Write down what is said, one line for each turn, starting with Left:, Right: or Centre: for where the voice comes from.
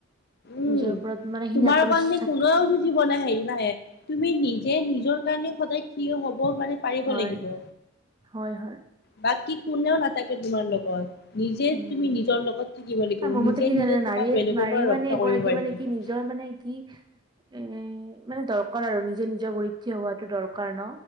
Left: উম
Right: নিজৰ ওপৰত মানে সীন
Left: তোমাৰ
Right: আত্মবিশ্বাস।
Left: কাৰণে কোনেও যুঁজিব ন হেৰি নাহে তুমি নিজ যে নিজৰ কাৰণে সদায় থিয় হব মানে, পাৰিব
Right: হয়,
Left: লাগিব
Right: হয়, হয়।
Left: বাকী কোনেও না তাকে তোমাৰ লগত নিজে
Right: উম,
Left: তুমি নিজৰ লগত থাকিব লাগিব
Right: আৰু মোৰ
Left: নিজে
Right: মতে কি
Left: নিজে
Right: জানা
Left: তোমাক
Right: নাৰীয়ে
Left: বেলেগৰ
Right: নাৰী
Left: পৰা
Right: মানে
Left: ৰক্ষা
Right: এগৰাকী
Left: কৰিব পাৰিব
Right: মানে
Left: লাগিব
Right: কি নিজৰ মানে, কি- এ মানে দৰকাৰ আৰু নিজে নিজৰ ভৰিত থিয় হোৱাতটো দৰকাৰ ন